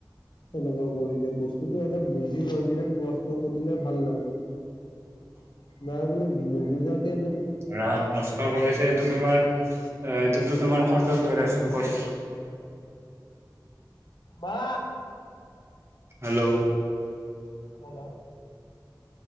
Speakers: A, on the left; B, on the right.
A: সেনেকুৱা কৰি দিয়ে, বস্তুতো এটা বুজি লৈ কিনে প্ৰশ্ন সুধিলে ভাল লাগে। নাই বোলো নুবুজাকে যদি
B: ৰাম প্ৰশ্ন কৰিছে এইটো তোমাৰ অ' এইটোতো তোমাৰ কৰ্তব্যৰে আছে কৈছ।
A: মা
B: হেল্লো
A: হেল্লো